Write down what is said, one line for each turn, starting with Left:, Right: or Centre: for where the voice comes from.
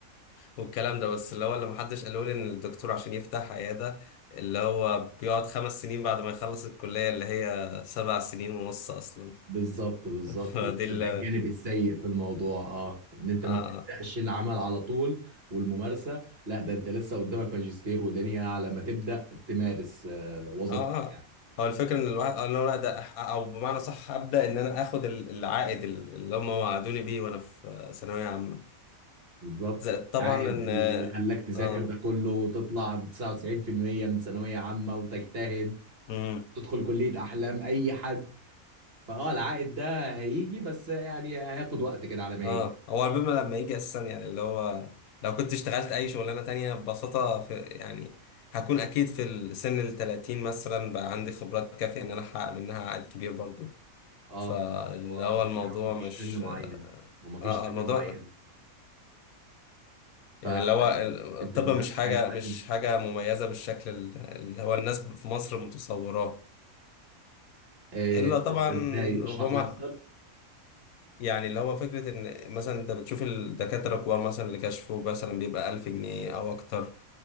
Left: والكلام ده بس اللي هو اللي محدش قاله لي إن الدكتور عشان يفتح عيادة اللي هو بيقعد خمس سنين بعد ما يخلص الكلية اللي هي سبع سنين ونص أصلا
Right: بالظبط بالظبط
Left: <laughs> فدي
Right: ده
Left: ال
Right: ده الجانب السيء في الموضوع اه ان انت
Left: آه
Right: ما بتبداش
Left: آه.
Right: العمل على طول والممارسة لا ده انت لسه قدامك ماجستير ودنيا على ما تبدا تمارس آه، وظيفتك
Left: اه اه
Right: يعني.
Left: هو الفكره ان الواحد ان انا ابدا او بمعنى صح ابدا ان انا اخد ال- العائد ال- اللي هم وعدوني بيه وانا في ثانويه عامه
Right: بالظبط
Left: زائد طبعا
Right: عائد
Left: ان
Right: اللي خلاك تذاكر
Left: اه
Right: ده كله وتطلع ب 99% من ثانوية عامة وتجتهد
Left: امم
Right: تدخل كلية أحلام أي حد فأه العائد ده هيجي بس يعني هياخد وقت كده على ما
Left: اه
Right: يجي
Left: هو البما لما يجي اساسا يعني اللي هو لو كنت اشتغلت اي شغلانه تانية ببساطه في يعني هكون اكيد في السن ال 30 مثلا بقى عندي خبرات كافيه ان انا احقق منها عائد كبير برضو
Right: أه
Left: فاللي
Right: هو
Left: هو الموضوع
Right: مفيش
Left: مش
Right: سن معين
Left: اه
Right: هو مفيش
Left: آه،
Right: سن
Left: الموضوع
Right: معين
Left: يعني
Right: فأنت
Left: اللي هو ال- الطب
Right: تبدأ
Left: مش حاجة
Right: حياتك
Left: مش حاجة مميزة بالشكل ال- اللي هو الناس في مصر متصوراه
Right: آه،
Left: إلا طبعا
Right: ده ازاي
Left: ربما
Right: اشرح لي اكتر
Left: يعني اللي هو فكرة إن مثلا أنت بتشوف الدكاترة الكبار مثلا اللي كشفه مثلا بيبقى ألف جنيه أو أكتر